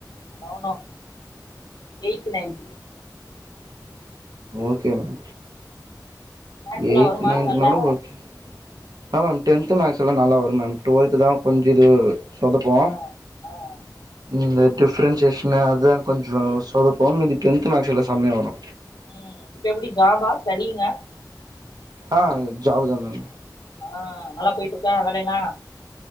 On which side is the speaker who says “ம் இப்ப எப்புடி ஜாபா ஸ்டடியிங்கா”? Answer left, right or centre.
Left